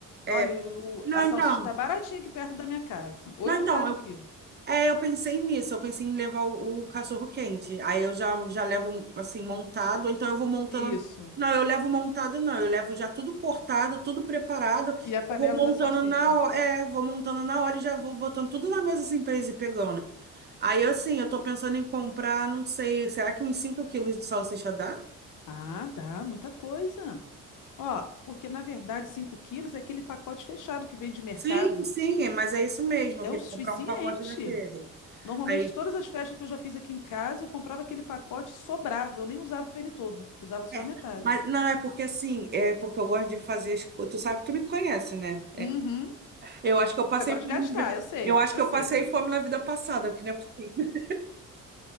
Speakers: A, on the right; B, on the left.
A: É.
B: Olha, e o-
A: Não,
B: a salsicha
A: então.
B: tá baratinha aqui perto da minha casa. Oito
A: Não, então,
B: reais o quilo.
A: É, eu pensei nisso, eu pensei em levar o, o cachorro quente. Aí eu já, já levo assim montado, então eu vou montando.
B: Isso.
A: Não, eu levo montado, não, eu levo já tudo cortado, tudo preparado. Eu
B: E a panela
A: vou montando
B: da salsicha.
A: na hora, é, vou montando na hora e já vou botando tudo na mesa assim pra eles ir pegando. Aí assim, eu tô pensando em comprar, não sei, será que uns 5 quilos de salsicha dá?
B: Ah, dá muita coisa. Ó, porque na verdade 5 quilos é aquele pacote fechado que vem de mercado.
A: Sim, sim, mas é isso mesmo,
B: É
A: eu queria
B: o suficiente.
A: comprar um pacote daquele.
B: Normalmente,
A: Aí,
B: todas as festas que eu já fiz aqui em casa, eu comprava aquele pacote e sobrava. Eu nem usava ele todo, usava só
A: é,
B: a metade.
A: mas não, é porque assim, é porque eu gosto de fazer, as co- tu sabe, tu me conhece, né?
B: Uhum.
A: Eu acho que eu passei
B: Você gosta
A: fome
B: de gastar,
A: na vida.
B: eu sei,
A: Eu acho
B: eu
A: que eu
B: sei,
A: passei
B: querido.
A: fome na vida passada, porque não é possível.